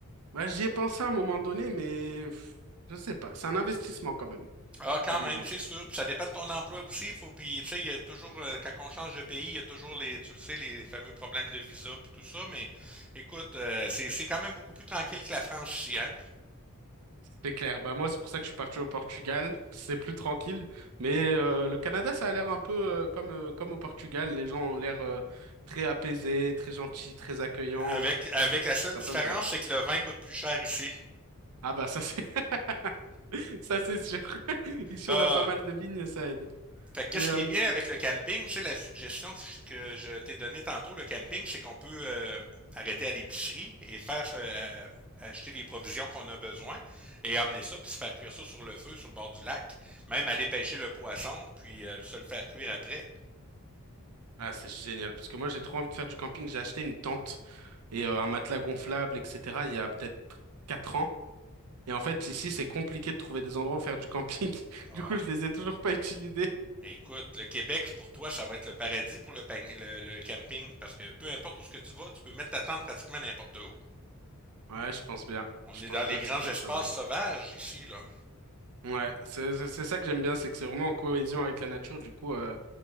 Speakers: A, on the right; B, in the centre.
A: Bah, j'y ai pensé à un moment donné, mais pff, je sais pas. C'est un investissement quand même,
B: Ah, quand
A: au début.
B: même, c'est sûr. Puis ça dépend de ton emploi aussi. Faut, puis, tu sais, il y a toujours, euh, quand on change de pays, il y a toujours les, tu le sais, les fameux problèmes de visa puis tout ça. Mais écoute, euh, c'est, c'est quand même beaucoup plus tranquille que la France ici, hein?
A: C'est clair. Bah, moi, c'est pour ça que je suis parti au Portugal. C'est plus tranquille. Mais euh, le Canada, ça a l'air un peu euh, comme, euh, comme au Portugal. Les gens ont l'air euh, très apaisés, très gentils, très accueillants.
B: Avec, avec
A: Donc,
B: la
A: Ça
B: seule
A: ça
B: différence,
A: peut me plaire.
B: c'est que le vin coûte plus cher ici.
A: Ah bah ça c'est <laughs> ça c'est sûr. <laughs> Ici
B: Ah,
A: on a pas mal de vignes, ça aide.
B: Fait que qu'est-ce
A: Mais euh,
B: qui est bien avec le camping, tu sais, la suggestion que je t'ai donnée tantôt, le camping, c'est qu'on peut euh, arrêter à l'épicerie et faire euh, euh, acheter les provisions qu'on a besoin et amener ça, puis se faire cuire ça sur le feu, sur le bord du lac. Même aller pêcher le poisson, puis euh, se le faire cuire après.
A: ah c'est génial parce que moi j'ai trop envie de faire du camping. J'ai acheté une tente et euh, un matelas gonflable, etc. Il y a peut-être quatre ans. Et en fait, ici, c'est compliqué de trouver des endroits où faire du camping. <laughs>
B: Oh,
A: Du coup, je les ai toujours pas utilisés.
B: écoute, le Québec, pour toi, ça va être le paradis pour le, pang- le, le camping, parce que peu importe où ce que tu vas, tu peux mettre ta tente pratiquement n'importe où.
A: Ouais, je pense bien.
B: On
A: Je
B: est
A: pense
B: dans les
A: bien
B: grands
A: que ça peut
B: espaces
A: être pas mal.
B: sauvages ici, là.
A: Ouais, c'est c'est c'est ça que j'aime bien, c'est que c'est vraiment en cohésion avec la nature. Du coup, euh,